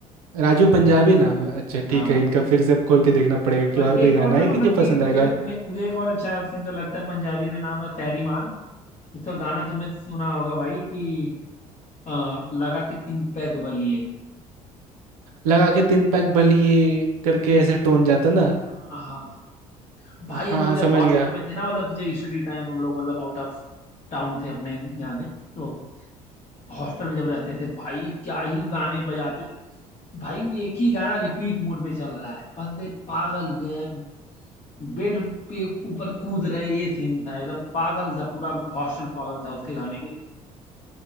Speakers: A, on the right; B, on the left.
A: राजू पंजाबी नाम है अच्छा
B: हाँ
A: ठीक है इनका फिर से अब खोल के देखना पड़ेगा कि
B: और
A: और
B: एक
A: कोई गाना
B: और ना
A: है
B: मतलब
A: कि जो
B: कि
A: पसंद
B: मुझे
A: आएगा
B: मे- मुझे एक और अच्छा सिंगर लगता है पंजाबी में नाम है सैरी मान उसका गाना तुमने सुना होगा भाई कि अ, लगा के तीन पैग बलिए
A: लगा के तिन पैक बली ये करके ऐसे टोन जाता ना
B: हाँ हाँ हाँ। भाई
A: हाँ
B: हम लोग
A: हाँ
B: जब
A: समझ
B: हॉस्टल
A: गया
B: में थे ना मतलब कि जब स्टडी टाइम हम लोग मतलब आउट ऑफ टाउन थे अपने यहाँ से तो हॉस्टल में जब रहते थे भाई क्या ही गाने बजाते थे भाई एक ही गाना रिपीट मोड पे चल रहा है बंदे पागल हुए हैं बेड पे ऊपर कूद रहे हैं ये सीन था एकदम पागल था पूरा हॉस्टल पागल था उसके गाने के लिए